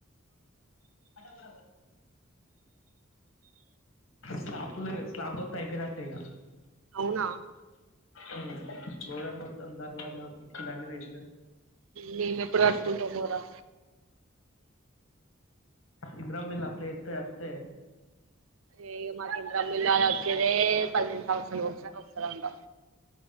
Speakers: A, on the left; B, on the right.
A: అటా బరాబర స్లాపులు స్లాబ్ వా అయిపోయినట్టేయ
B: అవునా
A: ఉమ్ గోడక్ మొత్తం దర్వాజకి దాన్ని దిష్ణర్
B: మేము ఎప్పుడు కట్టుకుంటామోరా
A: ఇందిరమ్మ ఇల్లు అప్లయ్ ఎత్త అత్తె
B: ఏ మాకి ఇందిరమ్మ ఇళ్లలు వచ్చేదే పదిహేను సంవత్సరాల ఒకసారి వస్తందంట